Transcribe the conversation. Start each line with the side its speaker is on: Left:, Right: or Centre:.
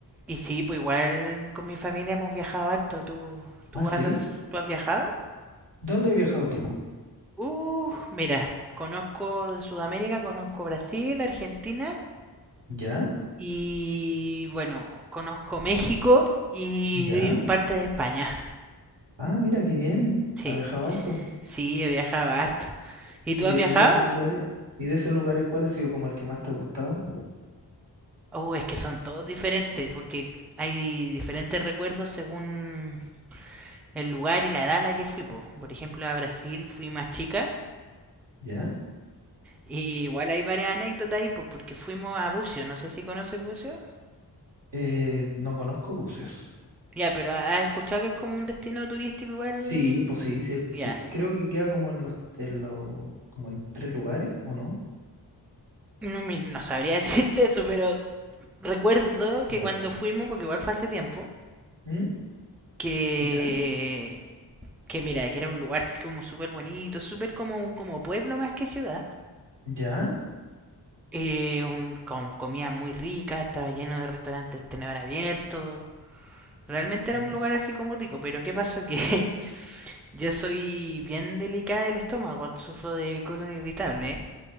Centre: Y sí, pues igual con mi familia hemos viajado harto. ¿Tú, tú
Right: Ah, sí.
Centre: has, tú has viajado?
Right: ¿Dónde has viajado tú?
Centre: Uh, mira, conozco de Sudamérica, conozco Brasil, Argentina
Right: ¿Ya?
Centre: y bueno, conozco México y
Right: ¿Ya?
Centre: parte de España.
Right: Ah, mira, qué bien.
Centre: Sí,
Right: Has viajado harto.
Centre: sí, he viajado harto. ¿Y tú
Right: ¿Y
Centre: has
Right: de,
Centre: viajado?
Right: y de esos lugares? ¿Y de esos lugares cuál ha sido como el que más te ha gustado?
Centre: Oh, es que son todos diferentes porque hay diferentes recuerdos según el lugar y la edad a la que fui, po. Por ejemplo, a Brasil fui más chica
Right: ¿Ya?
Centre: Y igual hay varias anécdotas ahí, pues porque fuimos a Bucio, no sé si conoces Bucio.
Right: Eh, no conozco bucios.
Centre: Ya, pero has escuchado que es como un destino turístico igual.
Right: Sí, pues sí, sí,
Centre: Ya.
Right: sí. Creo que queda como en los, en los, como en tres lugares, ¿o no?
Centre: No, mi- no sabría <laughs> decirte eso, pero recuerdo que
Right: Ya.
Centre: cuando fuimos, porque igual fue hace tiempo,
Right: ¿Mm?
Centre: que.
Right: ¿Ya?
Centre: Que mira, que era un lugar así como súper bonito, súper como, como pueblo más que ciudad.
Right: ¿Ya?
Centre: Eh, un, con comida muy rica, estaba lleno de restaurantes tenedor abierto. Realmente
Right: ¿Mm?
Centre: era un lugar así como rico, pero ¿qué pasó? Que <laughs> Yo soy bien delicada del estómago, sufro de colon irritable, ¿eh?